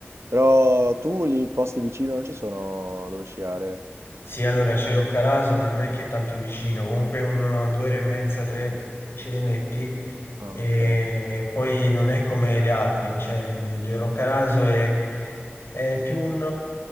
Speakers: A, on the right; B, on the left.
A: Però tu lì posti vicino non ci sono dove sciare?
B: Sì, allora c'è Roccaraso, ma non è che è tanto vicino, comunque un, eh, due ore e mezza, tre ce le metti.
A: Ah,
B: E
A: ok.
B: poi non è come le Alpi, cioè Giro Roccaraso è, è più un,